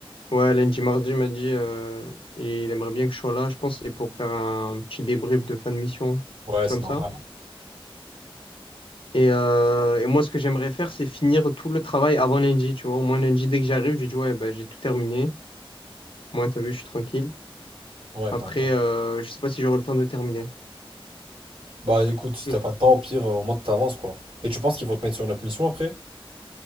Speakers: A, on the left; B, on the right.
A: Ouais, lundi, mardi, il m'a dit. euh, et il aimerait bien que je sois là. Je pense que c'est pour faire un petit débrief de fin de mission, un
B: Ouais,
A: truc comme
B: c'est normal.
A: ça. Et, euh, et moi, ce que j'aimerais faire, c'est finir tout le travail avant lundi, tu vois. Au moins lundi, dès que j'arrive, je dis, ouais, ben, j'ai tout terminé. Moi, t'as vu, je suis tranquille.
B: Ouais,
A: Après,
B: t'as raison.
A: euh, je sais pas si j'aurai le temps de terminer.
B: Bah écoute, si
A: Mm.
B: t'as pas le temps, au pire, euh, au moins t'avances quoi. Et tu penses qu'ils vont te mettre sur une autre mission après?